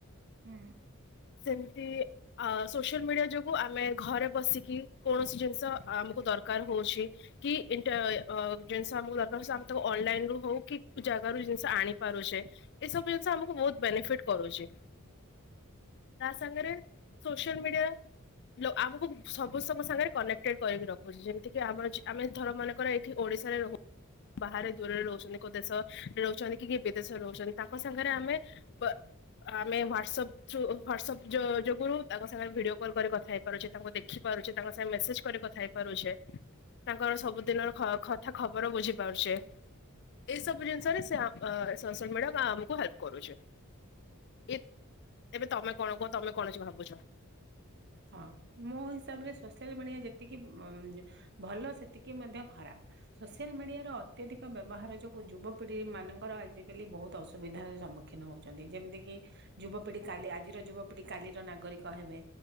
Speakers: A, on the right; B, on the left.
A: ହୁଁ।
B: ସେମିତି ଆ ସୋସିଆଲ ମିଡିଆ ଯୋଗୁ ଆମେ ଘରେ ବସିକି କୌଣସି ଜିନିଷ ଆମକୁ ଦରକାର ହଉଛି। କି ଅ ଜିନିଷ ଆମକୁ ଦରକାର ହଉଚି ତ ଆମେ ତାକୁ ଅନଲାଇନ ରୁ ହଉ କି ଜାଗାରୁ ଜିନିଷ ଆଣିପାରୁଛେ। ଏ ସବୁ ଜିନିଷ ଆମକୁ ବହୁତ ବେନିଫିଟ କରୁଛି। ତା ସାଙ୍ଗେରେ ସୋସିଆଲ ମିଡିଆ। ଆମକୁ ସବୁ ସମ ସାଙ୍ଗରେ କନେକ୍ଟେଡ କରିକି ରଖୁଛି ଯେମତିି ଆମର ଆମେ ଧର ମାନେକର ଓଡିଶାରେ ରହ ବାହାରେ ଦୂରରେ ରହୁଛନ୍ତି କୋଉ ଦେଶରେ ରହୁଛନ୍ତି କି କି ବିଦେଶରେ ରହୁଛନ୍ତି ତାଙ୍କ ସାଙ୍ଗରେ ଆମେ ବ ଆମେ ହ୍ୱାଟସଆପ୍ ଥ୍ରୁ ହ୍ୱାଟସଆପ୍ ଯୋଗୁରୁ ତାଙ୍କ ସାଙ୍ଗେ ଭିଡିଓ କଲ୍ କରି କଥା ହେଇ ତାଙ୍କୁ ଦେଖିପାରୁଛେ ତାଙ୍କ ସାଙ୍ଗେ ମେସେଜ କରି କଥା ହେଇ ପାରୁଛେ। ତାଙ୍କର ସବୁ ଦିନର କଥା ଖବର ବୁଝି ପାରୁଛେ। ଏଇସବୁ ଜିନିଷରେ ସୋସିଆଲ ମିଡ଼ିଆ ଆମକୁ ହେଲ୍ପ କରୁଛି। ଏ ଏବେ ତମେ କଣ କୁହ ତମେ କଣ ବସି ଭାବୁଛ।
A: ହଁ ମୋ ହିସାବ ରେ ସୋସିଆଲ ମିଡିଆ ଯେତିକି ଭଲ ସେତିକି ମଧ୍ୟ ଖରାପ। ସୋସିଆଲ୍ ମିଡ଼ିଆର ଅତ୍ୟଧିକ ବ୍ୟବହାର ଯୋଗୁଁ ଯୁବପିଢ଼ି ମାନଙ୍କର ଆଜିକାଲି ବହୁତ ଅସୁବିଧାର ସମ୍ମୁଖୀନ ହଉ ଯେମିତି କିି ଯୁବପିଢି କାଲି ଆଜିର ଯୁବପିଢି କାଲିର ନାଗରିକ ହେବେ।